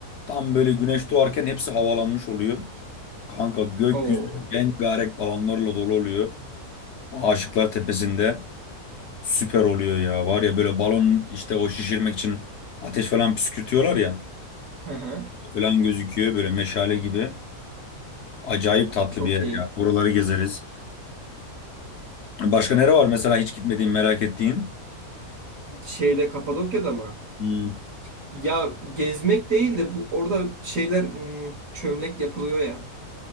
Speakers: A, on the left; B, on the right.
A: Tam böyle güneş doğarken hepsi havalanmış oluyor. Kanka gökyüzü
B: Oo.
A: rengarenk balonlarla dolu oluyor. Aşıklar Tepesi'nde süper oluyor ya. Var ya böyle balon işte o şişirmek için ateş falan püskürtüyorlar ya.
B: Hı hı.
A: Falan gözüküyor böyle meşale gibi. Acayip tatlı
B: Çok
A: bir yer
B: iyi.
A: ya. Oraları gezeriz. Başka nere var mesela hiç gitmediğin merak ettiğin?
B: Şeyde Kapadokya'da mı?
A: Hmm.
B: Ya gezmek değil de bu orada şeyler hmm, çömlek yapılıyor ya.